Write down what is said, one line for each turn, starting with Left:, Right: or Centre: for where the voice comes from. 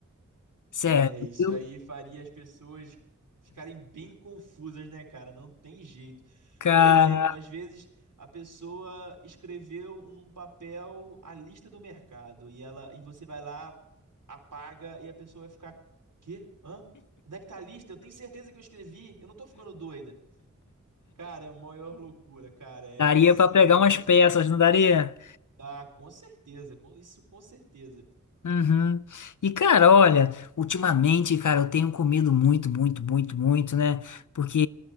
Left: Sério,
Right: É, isso
Left: eu,
Right: aí faria as pessoas ficarem bem confusas, né, cara? Não tem jeito.
Left: cara.
Right: Por exemplo, às vezes a pessoa escreveu num papel a lista do mercado e ela e você vai lá, apaga e a pessoa vai ficar, quê? Hã? Onde é que tá a lista? Eu tenho certeza que eu escrevi. Eu não tô ficando doida. Cara, é a maior loucura, cara. É
Left: Daria
Right: assim,
Left: pra pegar
Right: é impressionante.
Left: umas peças, não daria?
Right: Ah, com certeza, com isso com certeza.
Left: Uhum. E cara, olha, ultimamente, cara, eu tenho comido muito, muito, muito, muito, né? Porque